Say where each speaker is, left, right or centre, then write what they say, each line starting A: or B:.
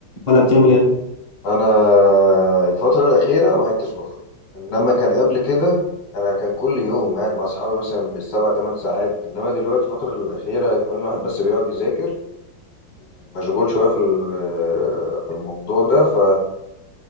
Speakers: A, on the left (about 40°); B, on the left (about 70°).
A: ولا بتعمل ايه
B: أنا الفترة الأخيرة ما عدتش بخرج إنما كان قبل كده أنا كان كل يوم قاعد مع أصحابي مثلا بالسبع تمن ساعات إنما دلوقتي الفترة الأخيرة كمان الواحد بس بيقعد يذاكر ومشغول شوية في ال- في الموضوع ده ف